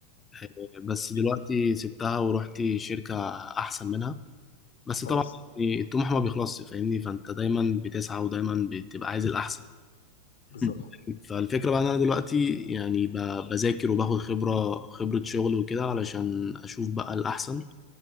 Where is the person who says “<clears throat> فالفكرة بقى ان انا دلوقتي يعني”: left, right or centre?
Left